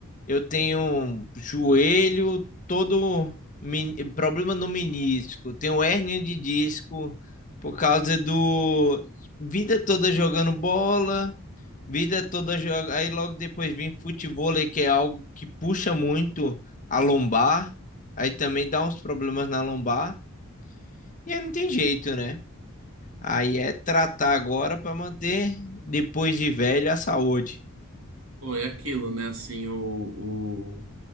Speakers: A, on the left; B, on the right.
A: Eu tenho joelho todo men- problema no menisco, tenho hérnia de disco por causa do vida toda jogando bola, vida toda joga, aí logo depois vem futevôlei, que é algo que puxa muito a lombar, aí também dá uns problemas na lombar, e aí não tem jeito, né? Aí é tratar agora para manter depois de velho a saúde.
B: Bom, é aquilo, né? Assim, o,